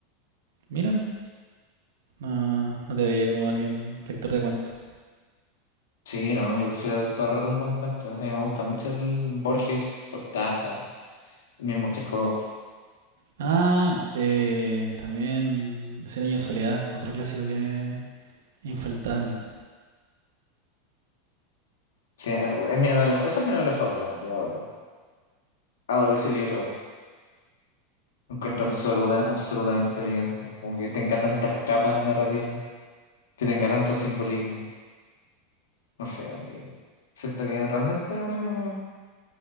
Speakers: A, on the right; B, on the left.
A: Mira, no, no te veía como alguien lector de cuentos.
B: Sí, no, yo prefiero todo el rato un buen cuento. O sea, a mí me gusta mucho el Borges, Cortázar, el mismo Chekhov.
A: Ah, eh, también Ese niño de soledad, otro clásico que es infaltable.
B: Sí, eh, es mi novela fa- esa es mi novela favorita. Yo adoro ese libro. Lo encuentro
A: Mm.
B: absoluta, absolutamente brillante. Como que tenga tantas capas narrativas. que tenga tanto simbolismo. No sé, eh, siento que realmente es una,